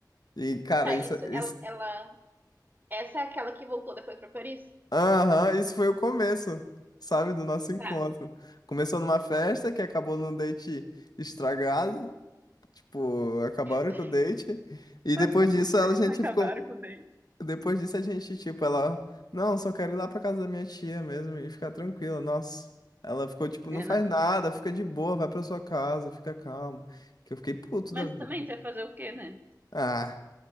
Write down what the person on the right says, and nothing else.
Tá,
isso,
ela, ela, essa é aquela que voltou depois pra Paris?
Tá,
essa.
<laughs>
Acabaram
com o dente.
É,
não,
Mas
também você vai fazer o quê, né?